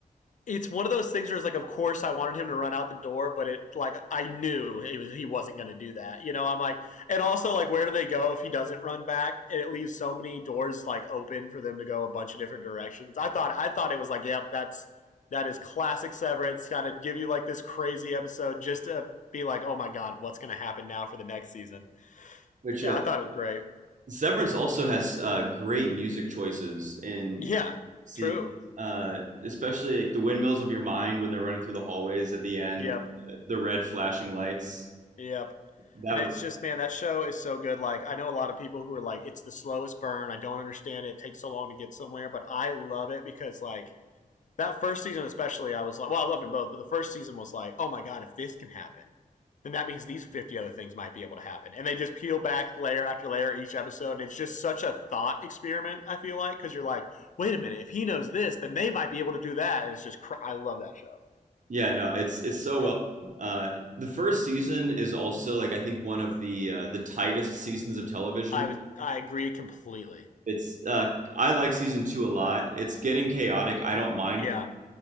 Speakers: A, on the left; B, on the right.
A: it's one of those things where it's like, of course, I wanted him to run out the door, but it like I knew it was, he wasn't going to do that. You know, I'm like, and also like, where do they go if he doesn't run back? And it leaves so many doors like open for them to go a bunch of different directions. I thought, I thought it was like, yep, that's that is classic Severance. Kind of give you like this crazy episode just to be like, oh my god, what's going to happen now for the next season?
B: Which
A: Yeah,
B: uh,
A: I thought it was great.
B: Severance also has uh, great music choices in
A: Yeah,
B: see,
A: true.
B: uh, especially like the windmills of your mind when they're running through the hallways at the end,
A: Yep.
B: with the red flashing lights.
A: Yep.
B: That
A: And it's
B: was
A: just, man, that show is so good. Like, I know a lot of people who are like, it's the slowest burn. I don't understand it. It takes so long to get somewhere. But I love it because, like, that first season, especially, I was like, well, I loved them both. But the first season was like, oh my God, if this can happen, then that means these 50 other things might be able to happen. And they just peel back layer after layer each episode. And it's just such a thought experiment, I feel like, because you're like, wait a minute, if he knows this, then they might be able to do that. And it's just, cr- I love that show.
B: yeah, no, it's it's so
A: Yeah.
B: well. Uh, the first season is also like I think one of the uh, the tightest seasons of television.
A: I, was, I agree completely.
B: It's uh, I like season two a lot. It's getting chaotic. I don't mind
A: Yeah.